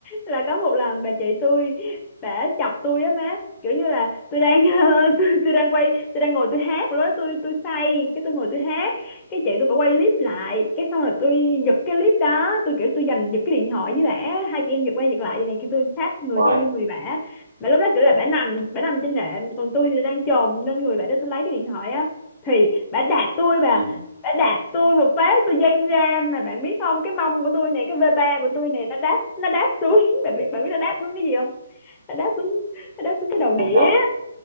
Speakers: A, on the left (about 20°); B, on the right (about 75°).
A: là có một lần bà chị tôi đã chọc tôi á má kiểu như là tôi đang <laughs> tôi, tôi đang quay tôi đang ngồi tôi hát lúc đó tôi tôi say cái tôi ngồi tôi hát cái chị tôi bà quay clip lại cái xong rồi tôi giật cái clip đó tôi kiểu tôi giành giật cái điện thoại với bả hai chị em giật quay giật lại vậy này thì tôi sát người
B: wow
A: tôi với người bả mà lúc đó kiểu là bả nằm bả nằm trên nệm còn tôi thì đang chồm lên người bả để tôi lấy cái điện thoại á thì bả đạp tôi bà
B: ừ
A: đã đạp tôi một phát tôi văng ra mà bạn biết không cái mông của tôi này cái vê ba của tôi này nó đáp nó đáp xuống <laughs> bạn biết bạn biết nó đáp xuống cái gì không nó đáp xuống nó đáp xuống cái đầu đĩa
B: bắt đầu